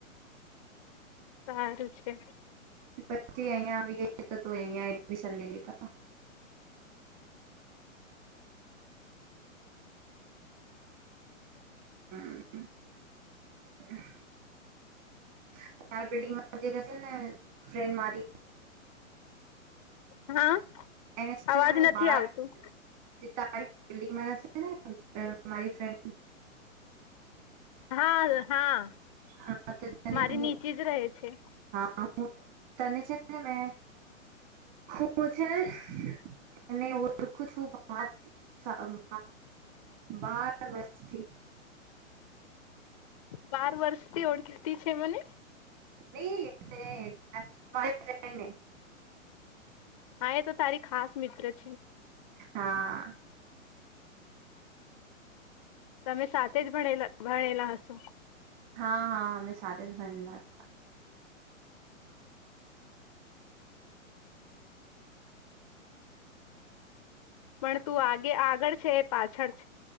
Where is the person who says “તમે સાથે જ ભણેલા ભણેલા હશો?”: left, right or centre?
Left